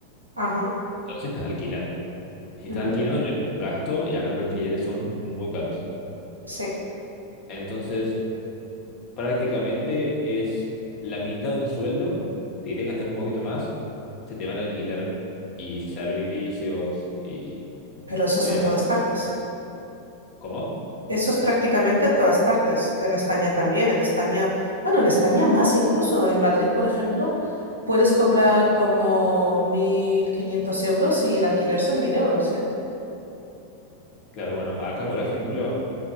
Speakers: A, on the right (about 80°); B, on the left (about 35°).
A: Ajá.
B: Entonces estás alquilando. Y Si
A: ujú,
B: está alquilando, ya es un gasto y acá los alquileres son muy caros.
A: Sí,
B: Entonces, prácticamente es la mitad de un sueldo, te diría que hasta un poquito más, se te van a alquilar y servicios y,
A: pero eso
B: y
A: son
B: demás.
A: todas partes.
B: ¿Cómo?
A: Eso es prácticamente todas partes. En España también. En España, bueno, en España más incluso. En Madrid, por ejemplo, puedes cobrar como 1.500 euros y el alquiler son 1.000 euros, ¿eh?
B: Claro, bueno, acá por ejemplo,